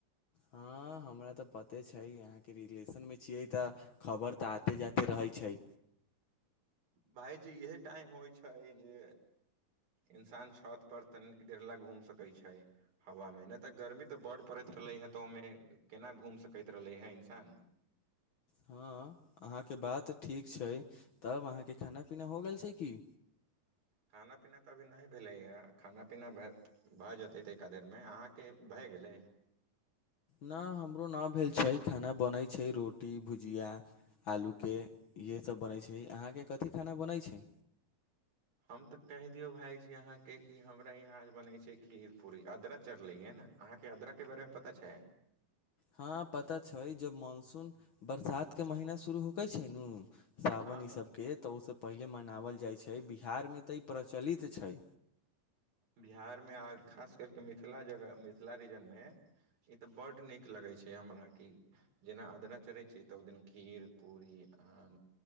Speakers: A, on the left; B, on the right.
A: हाँ हमरा तऽ पते छै आहाँ के रिलेशन मे छियै तऽ खबर तऽ आते जाते रहै छै
B: भाईजी इएहे टाइम होइ छै जे इंसान छत पर तनी देर ला घूम सकै छै हवा में नहि तऽ गर्मी तऽ बड पड़ैत रहले ह तऽ ओमे केना घूम सकैत रहले हे इंसान
A: हाँ अहाँके बात ठीक छै तब अहाँके खाना पीना हो गेल छै की
B: खाना पीना तऽ अभी नइ भेलैए खाना पीना भए भऽ जेतै तएका देरमे अहाँके भए गेलै
A: ना हमरो नहि भेल छै खाना बनैत छै रोटी भुजिया आलूके इहे सब बनै छै अहाँके कथी खाना बनै छै
B: हम तऽ कहि दियो भाईजी अहाँ के क हमरा यहाँ बनेै छै खीर पूरी अदरा चढ़लेे हैने अहाँके आद्रक बारेमे पता छै
A: हाँ पता छै जब मानसून बरसात के महीना शुरू होके छै नू सावन
B: हँ
A: ई
B: हँ
A: सबके तऽ ओहिसँ पहिले मनावल जाइ छै बिहारमे तऽ ई प्रचलित छै
B: बिहारमे आ खास करि कऽ मिथिला जगह मिथिला रीजन मे ई तऽ बड नीक लगै छै हमरा की जेना अदरा चढ़ै छै तऽ ओहि दिन खीर पूरी आहाँ